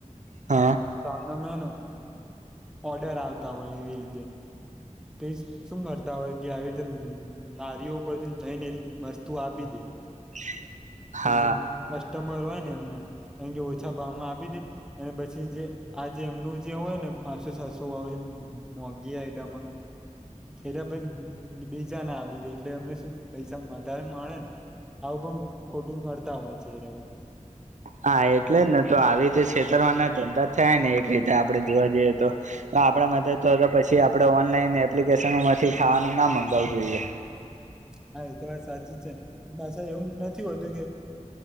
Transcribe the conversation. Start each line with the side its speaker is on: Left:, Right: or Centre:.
Right: હા.
Centre: સામાન હે ના. ઓર્ડર આવતા હોય એવી રીતે. તે શું કરતા હોય કે આવી રીતે નારીઓ ઉપર થી જઈને એની વસ્તુ આપી દે.
Right: <inaudible> હા
Centre: એ જેન કસ્ટમર હોય ને એમને એે ઓછા ભાવમાં આપી દે અને પછી જે આ જે એમનું જે હોય ને પાંચસો સાતસો વા મોગી આઈટમ પીરા ભઈ બબીજાને આપી દે એટલે એમને શું પૈસા વધારે મળેન. આવું પણ ખોટું નડતા હોય એરા બધા.
Right: હા એટલે જ ને તો આવી રીતે છેતરમાંના ધંધા થાય ને એક રીતે આપડણે જોવા જઈએ તો તાં આપણા મદદ તો હતો પછી આપડે ઓનલાઈન એપ્લિકેશનનો માંથી ખાવાનું ના મગાવું જોઈએ.
Centre: હા એ તો વાત સાચી જ છે પાછા એવું નથી હોતું કે